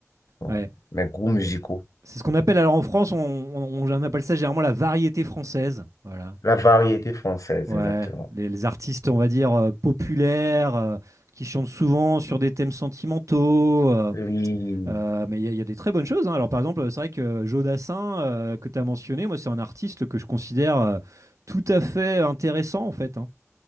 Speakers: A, on the left (about 85°); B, on the right (about 70°).
A: Bon,
B: Ouais.
A: Les goûts musicaux.
B: C'est ce qu'on appelle, alors en France, on, on- on appelle ça généralement la variété française. Voilà.
A: La variété française,
B: Ouais,
A: exactement.
B: les, les artistes, on va dire, euh, populaires, euh, qui chantent souvent sur des thèmes sentimentaux. euh,
A: Oui.
B: euh, mais il y, a il y a des très bonnes choses. hein. Alors, par exemple, c'est vrai que Joe Dassin, euh, que tu as mentionné, moi, c'est un artiste que je considère euh, tout à fait intéressant, en fait. hein.